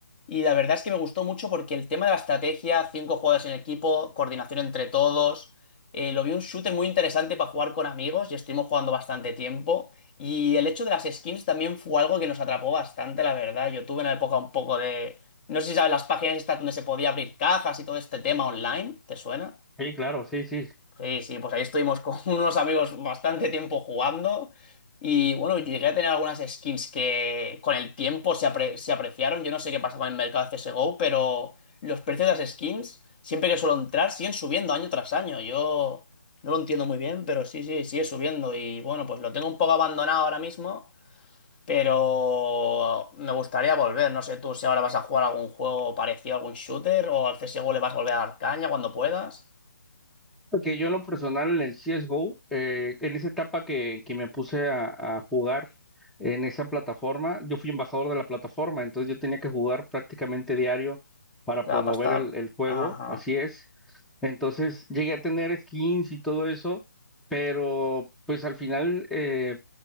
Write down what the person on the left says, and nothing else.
Y la verdad es que me gustó mucho porque el tema de la estrategia, cinco jugadores en equipo, coordinación entre todos, eh, lo vi un shooter muy interesante para jugar con amigos y estuvimos jugando bastante tiempo. Y el hecho de las skins también fue algo que nos atrapó bastante, la verdad. Yo tuve una época un poco de no sé si sabes las páginas estas donde se podía abrir cajas y todo este tema online, ¿te suena?
Sí, sí, pues ahí estuvimos con <laughs> unos amigos bastante tiempo jugando y bueno, llegué a tener algunas skins que con el tiempo se, apre- se apreciaron. Yo no sé qué pasa con el mercado CSGO, pero los precios de las skins, siempre que suelo entrar, siguen subiendo año tras año. Yo no lo entiendo muy bien, pero sí, sí, sigue subiendo y bueno, pues lo tengo un poco abandonado ahora mismo. Pero me gustaría volver, no sé tú si ahora vas a jugar algún juego parecido, algún shooter, o al CSGO le vas a volver a dar caña cuando puedas.
Claro,
para estar.
Ajá.